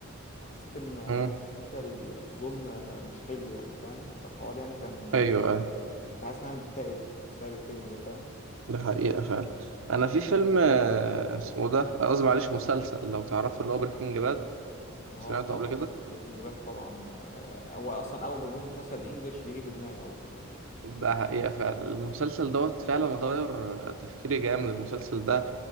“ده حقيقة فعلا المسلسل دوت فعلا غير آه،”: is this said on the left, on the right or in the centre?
Right